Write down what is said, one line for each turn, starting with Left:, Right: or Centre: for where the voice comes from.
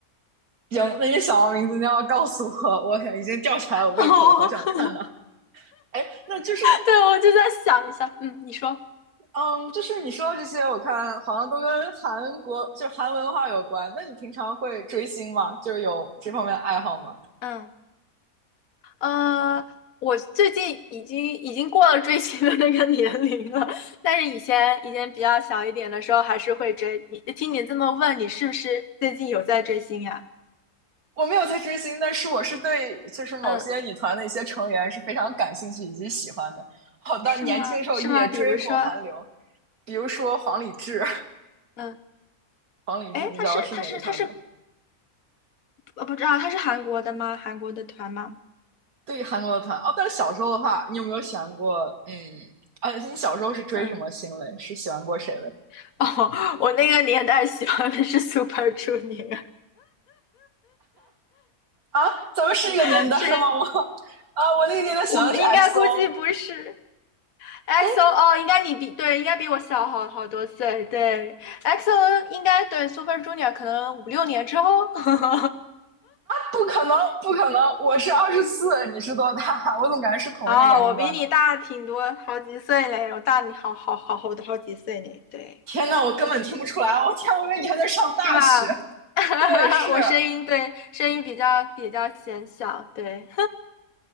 Right: 行，那你想到名字，你要告诉我，我已经吊起来我胃口，
Left: 哦，
Right: 好想看呢。
Left: <laughs>
Right: 哎，那就是，
Left: 对，我就在想一下，嗯，你说，
Right: 嗯，就是你说到这些，我看好像都跟韩国，就韩文化有关。那你平常会追星吗？就是有这方面的爱好吗？
Left: 嗯嗯呃，我最近已经已经过了追星的那个年龄了，但是以前以前比较小一点的时候还是会追。你听你这么问，你是不是最近有在追星呀？
Right: 我没有在追星，但是我是对，就是某些女团的一些成员是非常感兴趣以及喜欢的。
Left: 嗯，
Right: 好的，
Left: 是吗？
Right: 年轻的时候也追过韩流，
Left: 是吗？比如说，
Right: 比如说黄礼志，
Left: 嗯。
Right: 黄礼志，
Left: 哎，
Right: 你知道是哪个团吗？
Left: 他是他是他是呃不知道他是韩国的吗？韩国的团吗？
Right: 对韩国的团哦，但是小时候的话，你有没有喜欢过？嗯，啊，你小时候是追什么星嘞？
Left: 嗯，
Right: 是喜欢过谁嘞？
Left: <laughs> 哦，我那个年代喜欢的是 Super Junior，
Right: 啊，咱们是一个年代的吗？
Left: <laughs> 是
Right: <laughs> 我啊，我那个年代喜欢的是
Left: 我应该估计不是
Right: XO。
Left: x
Right: 哎，
Left: o 哦，应该你比对，应该比我小好好多岁。对，EXO 应该对 Super Junior 可能五六年之后。<laughs>
Right: 不可能，不可能！我是二十四，你是多大？<laughs> 我怎么感觉是同一个年龄段呢？
Left: 哦，我比你大挺多，好几岁嘞，我大你好好好好好几岁呢，对，
Right: 天呐，我根本听不出来！我天，我以为你还在上大学。
Left: 是吧？<laughs>
Right: 对，是，
Left: 我声音对声音比较比较显小，对，